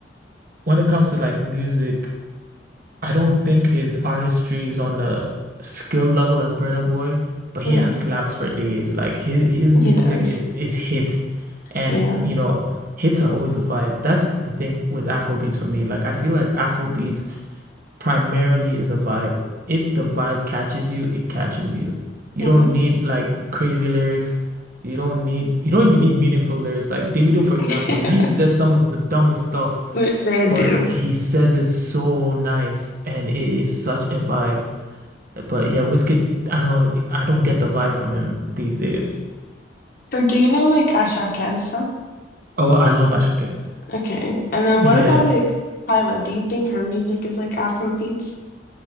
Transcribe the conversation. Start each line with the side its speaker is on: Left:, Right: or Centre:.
Right: when it comes to like music, I don't think his artistry is on the skill level as Burna Boy, but
Left: hmm
Right: he has slaps for days. Like his his music
Left: He does.
Right: is, is hits, and
Left: Yeah.
Right: you know, hits are always a vibe. That's the thing with Afrobeats for me. Like, I feel like Afrobeats primarily is a vibe. If the vibe catches you, it catches you. You
Left: hmm
Right: don't need like crazy lyrics. You don't need, you don't even need meaningful lyrics. Like Davido, for example,
Left: <laughs>
Right: he said some of the dumbest stuff,
Left: They they
Right: but
Left: do.
Right: he says it so nice and it is such a vibe. But yeah, Wizkid, I don't know, I don't get the vibe from him these days.
Left: But do you know like Asha Kent
Right: Oh, I love Ashake.
Left: Okay. And then
Right: Yeah.
Left: what about like Hyla? Do you think her music is like Afro beats?